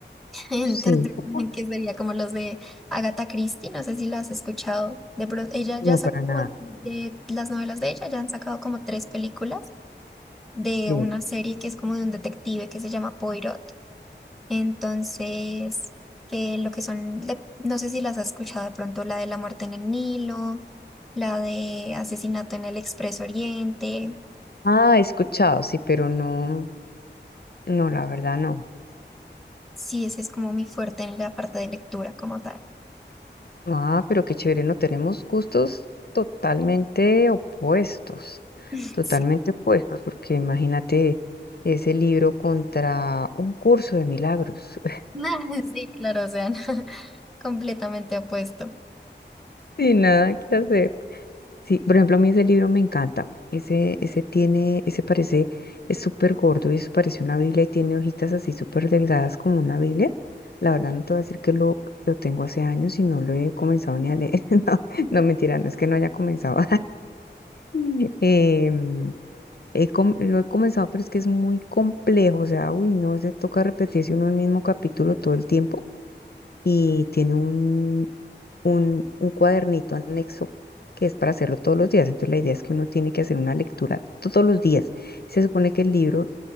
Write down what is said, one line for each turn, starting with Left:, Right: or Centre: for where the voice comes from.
Centre: <laughs> Entonces,
Left: sí,
Centre: <laughs>
Left: Uy,
Centre: que sería como los de Agatha Christie, no sé si las has escuchado. De pronto, ella ya
Left: no
Centre: sacó
Left: para
Centre: como
Left: nada,
Centre: de las novelas de ella, ya han sacado como tres películas de
Left: sí.
Centre: una serie que es como de un detective que se llama Poirot. Entonces, que lo que son, de- no sé si las has escuchado de pronto, la de la muerte en el Nilo, la de asesinato en el Expreso Oriente.
Left: Ah, he escuchado, sí, pero no, no, la verdad no.
Centre: Sí, ese es como mi fuerte en la parte de lectura como tal.
Left: Ah, pero qué chévere, no tenemos gustos totalmente opuestos,
Centre: <laughs>
Left: totalmente
Centre: Sí.
Left: opuestos, porque imagínate ese libro contra un curso de milagros, <laughs>
Centre: <laughs> Sí, claro, o sea, no, <laughs> completamente opuesto.
Left: sin nada que hacer. Sí, por ejemplo, a mí ese libro me encanta. Ese, ese tiene, ese parece, es súper gordo y eso parece una Biblia y tiene hojitas así súper delgadas como una Biblia. La verdad no te voy a decir que lo, lo tengo hace años y no lo he comenzado ni a leer. <laughs> No, no mentira, no es que no haya comenzado. <laughs> Em, He com- lo he comenzado, pero es que es muy complejo, o sea, uy, no se toca repetirse uno el mismo capítulo todo el tiempo y tiene un, un, un cuadernito anexo que es para hacerlo todos los días. Entonces la idea es que uno tiene que hacer una lectura todos los días. Se supone que el libro,